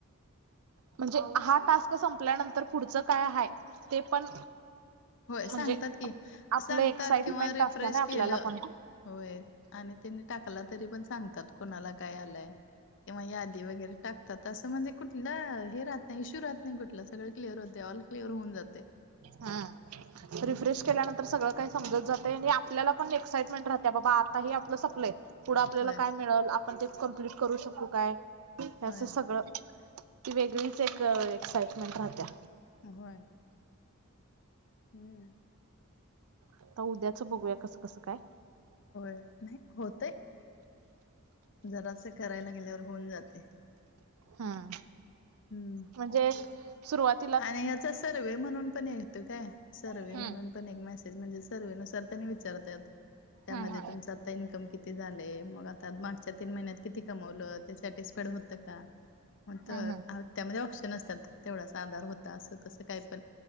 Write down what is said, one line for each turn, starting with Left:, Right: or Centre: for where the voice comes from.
Right: म्हणजे हा टास्क संपल्यानंतर पुढचं काय आहे ते पण
Left: होय
Right: म्हणजे
Left: सांगतात की
Right: आपलं
Left: सांगतात
Right: एक्साइटमेंट
Left: किंवा रिफ्रेश
Right: असत ना आपल्याला
Left: केलं
Right: पण
Left: होय आणि तीने टाकला तरी पण सांगतात कुणाला काय आलं किंवा यादि वगैरे टाकतात अस म्हणजे कुठला हे राहत नाही इश्यू राहत नाही कुठ सगळे क्लिअर होते ऑल कलिअर होऊन जाते
Right: हा
Left: हम्म
Right: रिफ्रेश केल्यानंतर सगळं काही समजत जाते आणि आपल्याला पण एक्इटमेंट राहत बाबा आता आपलं सपलंय पुढं आपल्याला
Left: होय
Right: काय मिळल पण ते कमप्लीट करू शकू काय हे
Left: होय
Right: असं सगळं ती वेगळीच एक एक्साइटमेंट राहत्या
Left: घय हम्म
Right: आता उद्याच बघूया कसं कसं काय
Left: होय नाही होतंय जरासं करायला गेल्यावर होऊन जाते
Right: हम्म
Left: हम्म
Right: म्हणजे सुरुवात
Left: आणि याचा सर्वे म्हणून पण येतं काय सर्वे
Right: हम्म
Left: म्हणून पण एक मेसेज म्हणजे सर्वेनुसार त्यांनी विचारतात त्यामध्ये
Right: हम्म हम्म
Left: तुमचा आता इन्कम किती झालय मग आता मागच्या तीन महिन्यात किती कमवलं ते सॅटिस्फाईड होतं का?
Right: <inaudible>
Left: मग तर
Right: हं.
Left: त्यामध्ये ऑप्शन असतात तेवढाचं आधार होता असं तसं काय पण